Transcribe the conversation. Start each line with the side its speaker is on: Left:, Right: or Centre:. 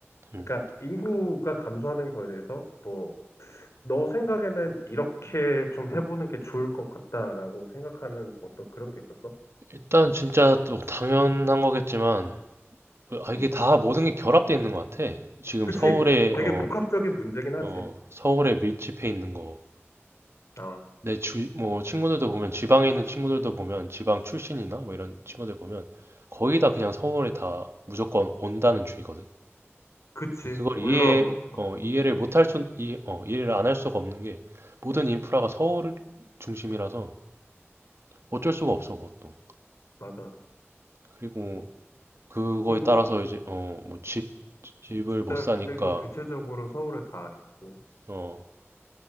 Right: 음.
Left: 그러니까 인구가 감소하는 거에 대해서 뭐 너 생각에는 이렇게 좀 해보는 게 좋을 것 같다라고 생각하는 어떤 그런 게 있었어?
Right: 일단 진짜 또 당연한 거겠지만, 그, 아,
Left: 음.
Right: 이게 다 모든 게 결합돼 있는 것 같아. 지금
Left: 그치.
Right: 서울에
Left: 되게
Right: 어,
Left: 복합적인 문제긴 하지.
Right: 어, 서울에 밀집해 있는 거.
Left: 아,
Right: 내 주, 뭐 친구들도 보면 지방에 있는 친구들도 보면 지방 출신이나 뭐 이런 친구들 보면 거의 다 그냥 서울에 다 무조건 온다는 주의거든.
Left: 그치.
Right: 근데 그걸
Left: 올라올
Right: 이해
Left: 수밖에
Right: 어, 이해를
Left: 돼 있지.
Right: 못할 수 이, 어, 이해를 안 할 수가 없는 게 모든 인프라가 서울 중심이라서 어쩔 수가 없어 그것도.
Left: 맞아.
Right: 그리고 그거에
Left: 부모님
Right: 따라서 이제 어, 뭐 집, 집을 못
Left: 일자리도
Right: 사니까
Left: 대체적으로 서울에 다 있고.
Right: 어,